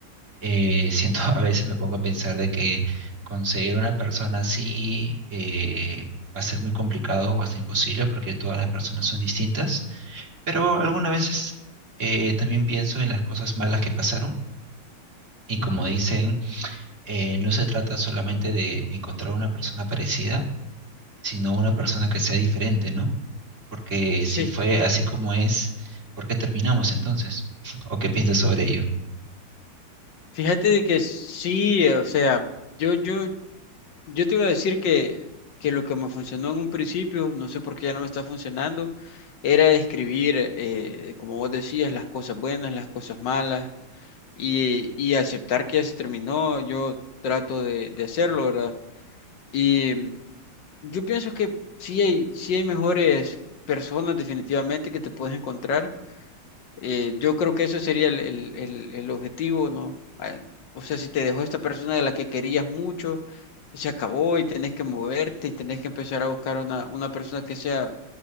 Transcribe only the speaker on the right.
Eh, siento, <laughs> a veces me pongo a pensar de que conseguir una persona así eh, va a ser muy complicado o hasta imposible porque todas las personas son distintas, pero
algunas veces eh, también pienso en las cosas malas que pasaron y
como dicen, eh, no se trata solamente de encontrar una persona parecida, sino una persona que sea diferente, ¿no? Porque
si fue así como es, ¿por qué terminamos entonces? <laughs> ¿O qué piensas sobre ello?